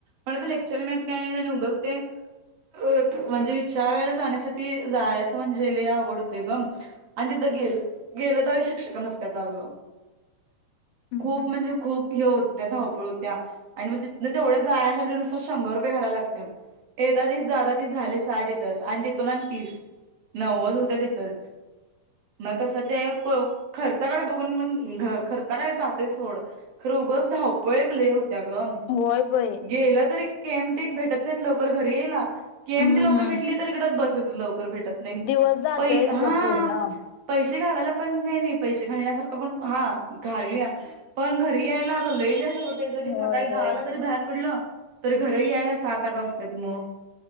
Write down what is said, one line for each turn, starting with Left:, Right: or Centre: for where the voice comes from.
Right: पण आ लेक्चर नाही काय नाही आणि उगचते साग अ म्हणजे विचारायला जाण्यासाठी जायचं म्हणजे लय आवडते ग ह आणि तिथं गेल गेलं तर शिक्षक नसत दहाव्या
Left: हम्म
Right: खूप
Left: हम्म
Right: म्हणजे खूप हे होते धावपळ होते त्या आणि मग तिथनं तेवढ्या जाण्यासाठी नुसत शंभर रुपये घायला लागत्यात त्या एदा तीस जादा तीस झाली साडे तर आणि तिथून आणि पीस नव्वद होत्या देतच मग कसं ते खर्चाकडे बघून मण खर्चा काय हते सोड खर खोगच धवपळ प्ले होत्या ग.
Left: होय बाई
Right: गेलं तरी के एम टी एक भेटत नाहीत. लवकर घरी यायला. के
Left: हम्म
Right: एम टी लवकर भेटली. तर, इकडं बसेस लवकर भेटत नाहीत.
Left: दिवस जातोयच
Right: पै हा
Left: ग पूर्ण
Right: पैसे घालायला पण काय नाही. पैसे घालण्यासारखं पण हा घालूया. पण घरी यायला आग लई लेट हो तय. जरी सकाळी
Left: होय
Right: दहाला
Left: होय
Right: जरी बाहेर पडलं, तरी घरही यायला सात आठ वाजतात मग.